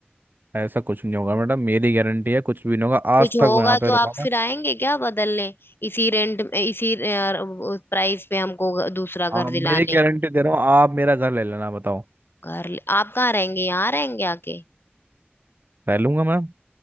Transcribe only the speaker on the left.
कुछ
होगा
तो
आप
फिर आएंगे क्या बदलने इसी रेंट में इसी प्राइस पे हमको घ- दूसरा घर
दिलाने
घर ले- आप कहाँ रहेंगे यहाँ रहेंगे आके